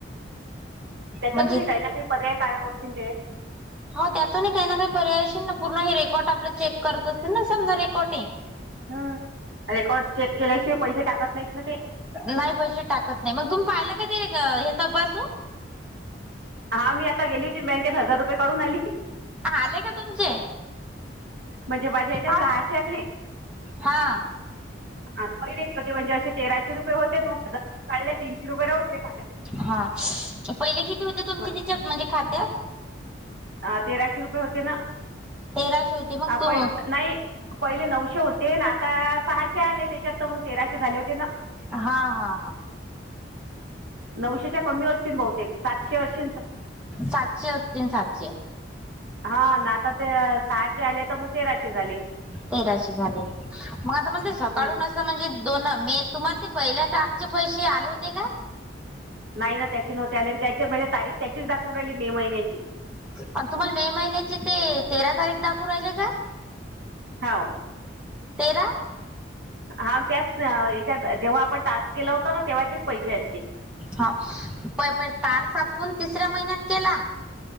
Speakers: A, on the right; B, in the centre.
A: त्याच्यातूनही
B: म्हणजे
A: काही ना काही पर्याय काढत असतील ते
B: हो त्यातूनही काही ना काही पर्यायशील ना पूर्ण हे रेकॉर्ड आपले चेक करत असतील ना समजा रेकॉर्टिंग
A: ह रेकॉर्ड चेक केल्याशिवाय पैसे टाकत नाहीत ना ते
B: नाही पैसे टाकत नाही मग तुम्ही पाहिला कधी हे तपासून.
A: हा मी आता गेली होती बँकेत हजार रुपये काढून आली
B: आले का तुमचे.
A: म्हणजे माझ्या याच्यात
B: अ
A: सहाशे आले
B: हा.
A: हहि होते म्हणजे असे तेराशे रुपये होतेज काढले तीनशे रुपये राहते.
B: हा पहिले किती होते तुमची
A: होय.
B: तिच्यात म्हणजे खात्यात
A: अ तेराशे रुपये होते ना
B: तेराशे होते मग तू
A: प
B: हा
A: नाही पहिले नऊशे होते. ते ना आता सहाशे आले त्याच्यात तर मग तेराशे झाले होते ना.
B: हा हा हा.
A: नऊशेच्या कमी असतील बहुतेक सातशे असश
B: सातशे असतील सातशे
A: हा ना आता ते सहाशे आले तर मग तेराशे झाले
B: तेराशी झाले मग आता म्हण ते सकाळून
A: हं.
B: म्हणजे दोन मे तुम्हाला ते पहिल्या टारचे पैसे आले होते का?
A: नाही ना त्याचे नव्हते आले आणि त्याचे म्हणजे तारीख त्याचीच दाखवून राहिली मे महिन्याची.
B: प तुम्हाला मे महिन्याची ते तेरा तारीख दाखवू राहिल का?
A: हो.
B: तेरा
A: हा त्याच याच्यात जेव्हा आपण टास्क केला होत ना तेव्हाचेच पैसे येत ते
B: हो प प स्टार सापून तिसऱ्या महिन्यात केला.